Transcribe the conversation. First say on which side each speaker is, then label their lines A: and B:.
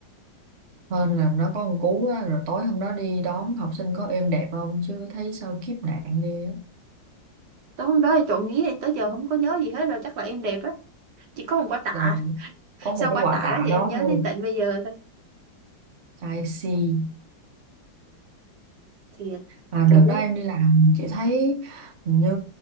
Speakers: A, on the right; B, on the right.
A: hên là nó có một cú á, rồi tối hôm đó đi đón học sinh có êm đẹp không chứ thấy sao kiếp nạn ghê á
B: tối hôm đó thì trộm vía thì tới giờ không có nhớ gì hết rồi chắc là em đẹp á chỉ có một quả tạ
A: là có một
B: sau
A: cái
B: quả
A: quả
B: tạ
A: tạ
B: đó thì
A: đó
B: em nhớ
A: thôi
B: đến tận bây giờ thôi
A: I see
B: thì
A: À,
B: kiểu
A: đợt đó em đi làm chị thấy hình như